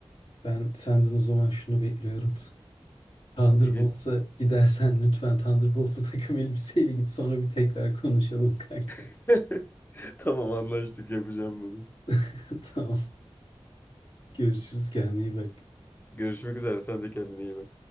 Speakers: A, on the left; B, on the left.
A: Ben senden o zaman şunu bekliyorum. Thunderbolts'a
B: Ne gel-
A: gidersen lütfen Thunderbolts'a takım elbiseyle git sonra bir tekrar konuşalım kanka.
B: <laughs> Tamam anlaştık yapacağım bunu.
A: <laughs> Tamam. Görüşürüz kendine iyi bak.
B: Görüşmek üzere sen de kendine iyi bak.